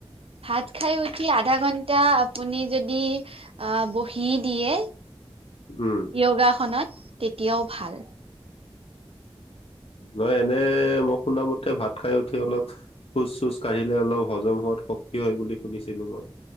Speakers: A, on the right; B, on the left.
A: ভাত খাই উঠি আধা ঘন্টা আপুনি যদি- আহ', -বহি দিয়ে।
B: উমঁ।
A: ইয় গা খনত তেতিয়াও ভাল।
B: নহয় এনেই মই শুনামতে ভাত খাই উঠি অলপ- খোজ-চোজ কাঢ়িলে অলপ হজম হোৱাত শক্তি হয় বুলি শুনিছিলো মই।